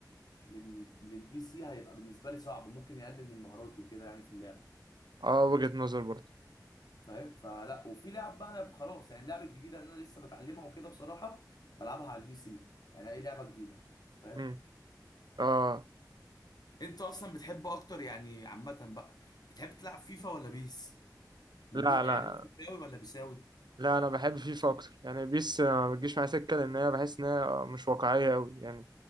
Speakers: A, on the left; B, on the right.
A: لل للبي سي هيبقى بالنسبه لي صعب ممكن يقلل من مهاراتي وكده يعني في اللعبه
B: اه وجهة نظر برضه
A: فاهم فلا وفي لعب بقى انا خلاص يعني اللعبه الجديده اللي انا لسه بتعلمها وكده بصراحه بلعبها على البي سي يعني اي لعبه جديده فاهم
B: امم اه
A: انت اصلا بتحب اكتر يعني عامه بقى بتحب تلعب فيفا ولا بيس من
B: لا
A: نوع
B: لا
A: يعني انت فيفاوي ولا بيساوي
B: لا انا بحب فيفا اكتر يعني بيس آه، ما بتجيش معايا سكه لان انا بحس انها مش واقعيه قوي يعني